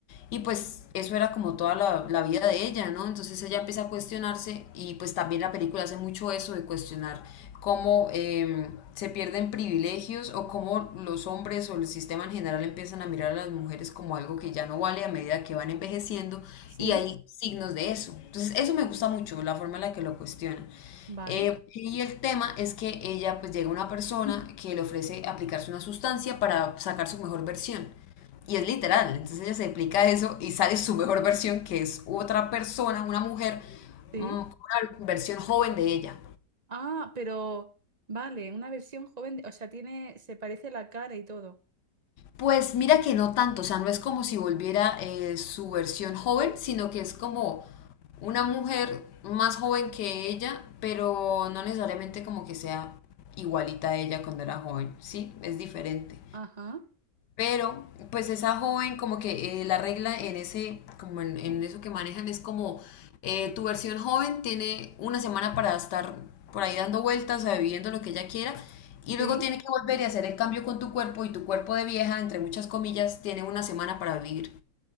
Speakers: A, on the left (about 75°); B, on the right (about 40°).
A: Y pues eso era como toda la, la vida de ella, ¿no? Entonces ella empieza a cuestionarse y pues también la película hace mucho eso de cuestionar cómo eh, se pierden privilegios o cómo los hombres o el sistema en general empiezan a mirar a las mujeres como algo que ya no vale a medida que van envejeciendo
B: sí,
A: y hay signos de eso. Entonces eso me gusta mucho, la forma en la que lo cuestionan.
B: vale,
A: Eh, y el tema es que ella pues llega una persona que le ofrece aplicarse una sustancia para sacar su mejor versión. Y es literal, entonces ella se explica eso y sale su mejor versión, que es otra persona, una mujer,
B: sí.
A: mm, una versión joven de ella.
B: Ah, pero, vale, una versión joven, de- o sea, tiene, se parece la cara y todo.
A: Pues mira que no tanto, o sea, no es como si volviera eh, su versión joven, sino que es como una mujer más joven que ella, pero no necesariamente como que sea igualita a ella cuando era joven, ¿sí? Es diferente.
B: Ajá,
A: Pero, pues esa joven, como que eh, la regla en ese, como en, en eso que manejan es como eh, tu versión joven tiene una semana para estar por ahí dando vueltas, o sea, viviendo lo que ella quiera, y
B: sí,
A: luego tiene que volver y hacer el cambio con tu cuerpo, y tu cuerpo de vieja, entre muchas comillas, tiene una semana para vivir,